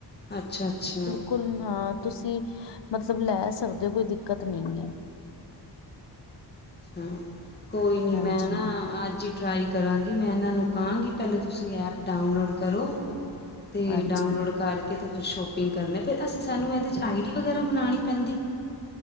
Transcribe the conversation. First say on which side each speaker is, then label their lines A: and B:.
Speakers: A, on the left; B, on the left.
A: ਅੱਛਾ-ਅੱਛਾ।
B: ਕੁਲ ਹਾਂ ਤੁਸੀਂ ਮਤਲਬ ਲੈ ਸਕਦੇ ਹੋ ਕੋਈ ਦਿੱਕਤ ਨਈ ਹੈ।
A: ਅੱਛਾ ਕੋਈ ਨੀ
B: ਹਾਂਜੀ-ਹਾਂਜੀ।
A: ਮੈਂ ਨਾ ਅੱਜ ਹੀ ਟਰਾਈ ਕਰਾਂਗੀ ਮੈਂ ਇਹਨਾਂ ਨੂੰ ਕਹਾਂਗੀ ਪਹਿਲੇ ਤੁਸੀ ਐਪ ਡਾਊਨਲੋਡ ਕਰੋ। ਤੇ
B: ਹਾਂਜੀ
A: ਡਾਉਨਲੋਡ ਕਰਕੇ ਤੇ ਫਿਰ ਸ਼ੋਪਿੰਗ ਕਰਨੇ, ਫਿਰ ਇਸ ਚ ਸਾਨੂੰ ਇਹਦੇ ਚ ਆਈ ਡੀ ਵਗੈਰਾ ਬਣਾਉਣੀ ਪੈਂਦੀ?